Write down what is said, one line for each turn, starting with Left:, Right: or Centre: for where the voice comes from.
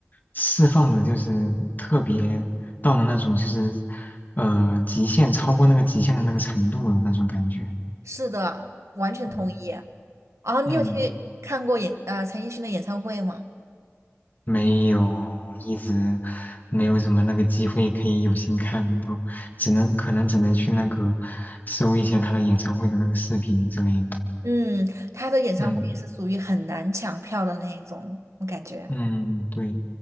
Left: 释放的，就是特别到了那种就是呃极限，超过那个极限的那个程度了那种感觉。
Right: 是的，完全同意。
Left: 嗯，
Right: 然后你有去
Left: 嗯，
Right: 看过演呃陈奕迅的演唱会吗？
Left: 没有，一直没有什么那个机会可以有幸看到，只能可能只能去那个搜一些他的演唱会的那个视频之类的。
Right: 嗯，他的演唱会也是属于很难抢票的那一种，
Left: 嗯
Right: 我感觉。
Left: 嗯，对，